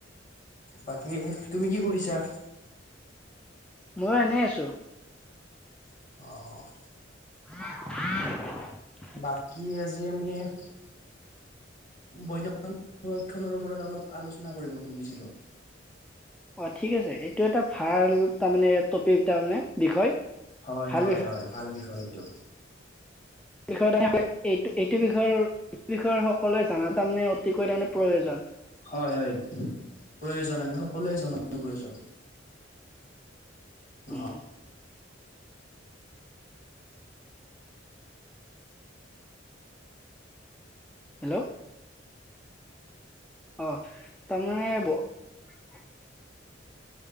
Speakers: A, on the left; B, in the centre.
A: বাকী তুমি কি কৰিছা,
B: মই এনেই আছো,
A: অ'
B: হ উ <inaudible>
A: বাকী আজি আমি বৈন সংৰক্ষনৰৰ ওপৰত অলপ আলোচনা কৰিব খুজিছিলো।
B: অ' ঠিক আছে এইটো এটা ভাল তাৰমানে টপিক তাৰ মানে বিষয়।
A: হয়,
B: ভাল
A: হয়, হয় ভাল বিষয়। সেইটো,
B: বিষয় তেনেহলে এইটো' এইটো বিষয়ৰ এই বিষয়ৰ সকলোৱে জানা তাৰমানে অতিকৈ তাৰমানে প্ৰয়োজন
A: হয়, হয় প্ৰয়োজন আমি সকলোৱে জনাতো প্ৰয়োজন অ'
B: উম হেল্ল' অ' তাৰমানে বহু